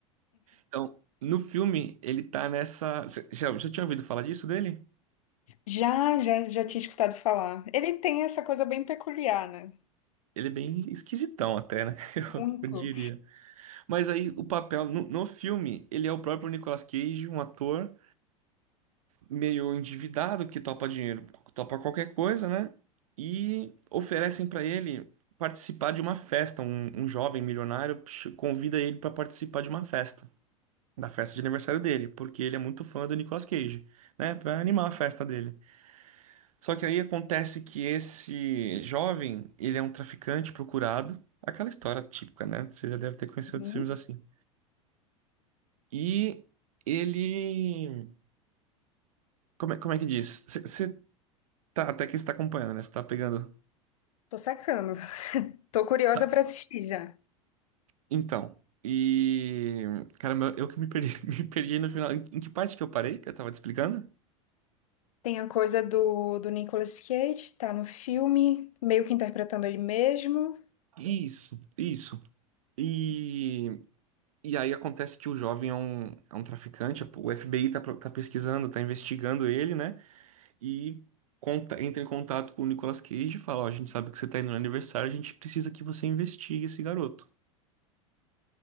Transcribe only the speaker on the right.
Então, no filme ele tá nessa, Você já, já tinha ouvido falar disso dele?
Ele é bem esquisitão até, né? <laughs> Eu,
eu diria. Mas aí o papel no, no filme, ele é o próprio Nicolas Cage, um ator meio endividado que topa dinheiro, topa qualquer coisa, né? E oferecem para ele participar de uma festa. Um, um jovem milionário ch- convida ele para participar de uma festa, da festa de aniversário dele, porque ele é muito fã do Nicolas Cage, né? Para animar a festa dele. Só que aí acontece que esse jovem, ele é um traficante procurado, aquela história típica, né? Você já deve ter conhecido outros
filmes assim. E ele, como é, como é que diz? Você tá, até que está acompanhando, né? Você tá pegando
Tá,
Então, e. Caramba, eu que me perdi, <laughs> me perdi no final. Em, em que parte que eu parei que eu tava te explicando?
Isso, isso. E, e aí acontece que o jovem é um, é um traficante, o FBI tá, pro- tá pesquisando, tá investigando ele, né? E conta- entra em contato com o Nicolas Cage e fala: Ó, a gente sabe que você tá indo no aniversário, a gente precisa que você investigue esse garoto.